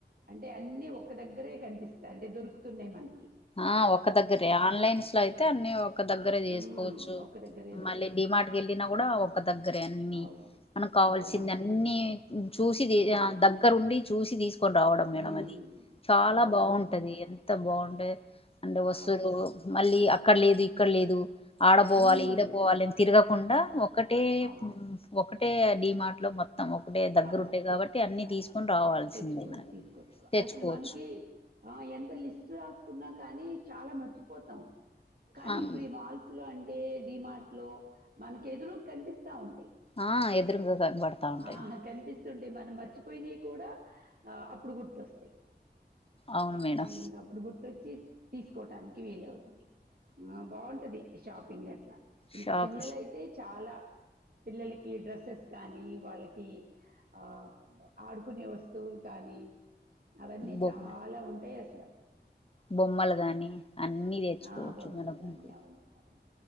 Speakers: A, on the right (about 55°); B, on the left (about 30°).
A: అంటే అన్నీ ఒక్క దగ్గరే కనిపిస్తాయి అంటే దొరుకుతున్నాయి మనకు
B: ఆ ఒక్క దగ్గరే ఆన్లైన్స్ లో అయితే అన్ని ఒక దగ్గరే చెస్కోచ్చు
A: ఉమ్, ఒక్క దగ్గరే దొరుకుతున్నాయి
B: మళ్ళీ డీమార్టుకెళ్లినా గూడ ఒక్క దగ్గరే అన్ని
A: అవును
B: మనకావాల్సిందన్ని
A: అవునవును
B: చూసి ధీ
A: అవును
B: అ దగ్గరుండి చూసి ధీసుకొని రావడం మేడం
A: ఉమ్,
B: అది చాలా
A: అవును
B: బావుంటది
A: అవును
B: ఎంత బావుంటాద్ అండు వస్తూలు
A: అవును
B: మళ్ళీ అక్కడ లేదు ఇక్కడ లేదు ఆడ బోవాలి
A: ఉమ్,
B: ఈడపోవాలి అని తిరగ కుండా ఒకటే
A: అవును
B: ఒకటే డిమార్ట్ లో మొ త్తం ఒకటే దగ్గరుంటై
A: అవును
B: గాబట్టి అన్ని
A: ఆ,
B: తీసుకొని రావాల్సిందే
A: తెచ్చుకొని
B: మనం
A: తీసుకొచ్చుకో
B: తెచ్చుకోవచ్చు
A: అసలు మనకి ఆ ఎంత లిస్ట్ రాసుకున్నా కానీ చాలా మర్చిపోతాం కానీ
B: ఆ
A: ఇప్పుడు ఈ మాల్స్ లో అం టె డిమార్ట్ లో మనకేదురు కనిపిస్తా ఉంటాయి
B: ఆ ఎదురుంగా కనబడతా ఉంటాయి
A: ఆ
B: మేడం
A: కనిపిస్తుంటే మనం మర్చిపోయినాయ్ కూడా ఆ అప్పుడు గుర్తొస్తాయి
B: అవును మేడం
A: మ్మ్ అప్పుడుగుర్తోచ్చి తీసకోటానికి వీలవుతది ఆ బాగుంటది షాపింగ్ అట్లా ఇంకా
B: షాప్
A: పిల్లలైతే చాలా పిల్లలకి డ్రెస్సెస్ కానీ వాళ్ళకి ఆ ఆడుకునే వస్తువులు కానీ అవన్నీ
B: బొమ్మ
A: చాలా ఉంటాయ్ అస
B: బొమ్మలు గాని అన్నీ తెచ్చుకోవచ్చు
A: ఆ, బొమ్మలు
B: మనం
A: కానీ
B: ఇంక
A: అవును అవును